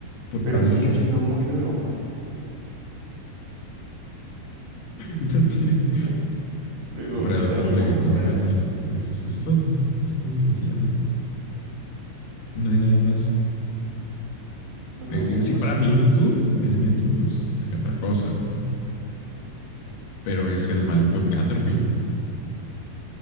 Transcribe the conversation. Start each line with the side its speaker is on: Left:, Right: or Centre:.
Left: Por
Right: Pero
Left: favor,
Right: sigue siendo muy duro.
Left: no tiene
Right: <laughs> Luego,
Left: el Predator
Right: ¿qué tal y evoluciona?
Left: le, le va a ganar. Y eso, eso es todo, es todo sencillamente. No hay nada más.
Right: No, no
Left: Eh,
Right: puede ser
Left: eh, Si
Right: posible.
Left: fuera Mewtwo, el Mewtwo pues sería otra cosa, pero, pero es el maldito Caterpie.